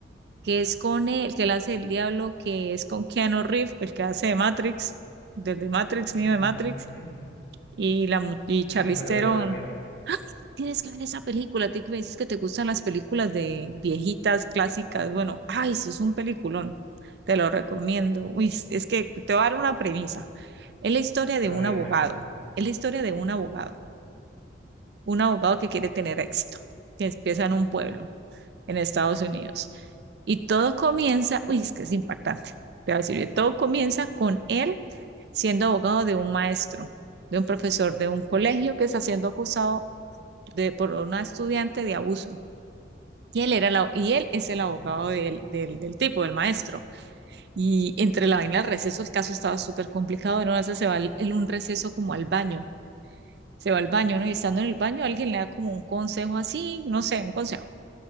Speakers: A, on the right; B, on the left.
A: que es con él, el que él hace el diablo, que es con Keanu Reeves, el que hace de Matrix, del de Matrix,
B: Ujú.
A: niño de Matrix, y, la, mu- y
B: No,
A: Charlize
B: pero
A: Theron.
B: verdad que no.
A: ¡Ah! Tienes que ver esa película, te que me dices que te gustan las películas de viejitas, clásicas. Bueno, ay, eso es un peliculón, te lo recomiendo. Uy, es que te voy a dar una premisa. Es la historia de
B: A
A: un
B: ver,
A: abogado,
B: cuéntame.
A: es la historia de un abogado, un abogado que quiere tener éxito, que empieza en un pueblo en Estados Unidos. Y todo comienza, uy, es que es impactante, te voy a decir, todo comienza con él siendo abogado de un maestro, de un profesor de un colegio que está siendo acusado de, por una estudiante de abuso. Y él, era la, y él es el
B: Ok.
A: abogado del, del, del, tipo, del maestro. Y entre la vaina del receso, el caso estaba súper complicado. En una vez se va al, en un receso como al baño. Se va al baño, ¿no? Y estando en el baño, alguien le da como un consejo así, no sé, un consejo.